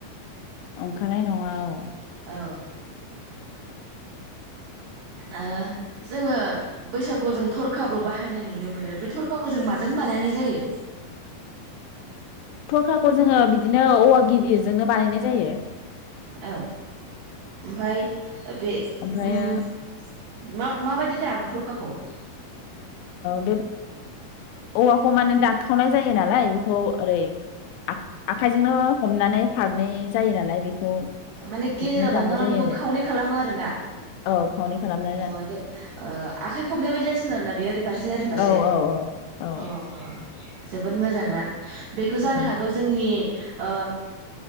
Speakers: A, on the left; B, on the right.
A: ओंखारनाय नङा औ
B: औ ओ जोङो बैसागुआव जों थरखाबो बाहायनाय नुनो मोनो बे थरखाखौ जों माजों बानायनाय जायो
A: थरखाखौ जोङो बिदिनो औवा गिदिरजोंनो बानायनाय जायो।
B: औ ओमफाय <inaudible> बे
A: ओमफ्रायो
B: उम मा माबायदि दामो थरखाखौ
A: बे औवाखौ माने दानखावनाय जायो नालाय बेखौ ओरै आ-आखाइजोंनो हमनानै फारनै जायो नालाय बेखौ।
B: माने गेजेराव
A: बिदिनो
B: दानखावनानै
A: दामनाय जायो
B: बेखौ
A: आरो
B: खावनै खालामो आरोना
A: औ खावनै खालामनानै
B: अ दे ओ आखाइ खबनाय बायदि जासिगोन आरोना बेयो ओरै फारसे ओरै फारसे
A: औ औ औ
B: अ जोबोद मोजां ना बेखौ जानो
A: औ
B: हागौ जोंनि ओ